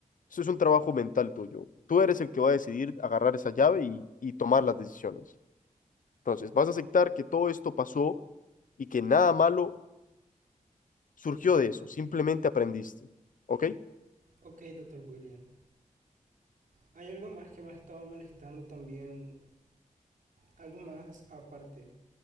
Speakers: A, on the left (about 80°); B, on the right (about 90°).
A: Esto es un trabajo mental tuyo. Tú eres el que va a decidir agarrar esa llave y, y tomar las decisiones. Entonces, vas a aceptar que todo esto pasó y que nada malo surgió de eso, simplemente aprendiste. ¿Ok?
B: Ok, doctor William. Hay algo más que me ha estado molestando también, algo más aparte.